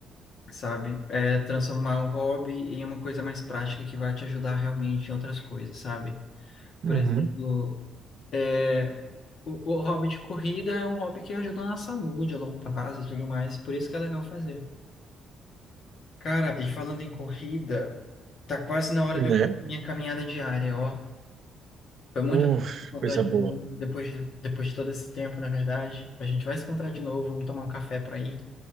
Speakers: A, on the left; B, on the right.
A: Sabe? É transformar um hobby em uma coisa mais prática que vai te ajudar realmente em outras coisas, sabe?
B: Uhum,
A: Por exemplo, é, o, o hobby de corrida é um hobby que ajuda na saúde a longo prazo e tudo mais, por isso que é legal fazer. Cara, e falando em corrida, tá quase na hora
B: né?
A: de eu fazer minha caminhada diária, ó. Foi muito
B: Uf,
A: legal encontrar
B: coisa
A: de
B: boa.
A: novo, depois de, depois de todo esse tempo, na verdade. A gente vai se encontrar de novo, vamos tomar um café por aí,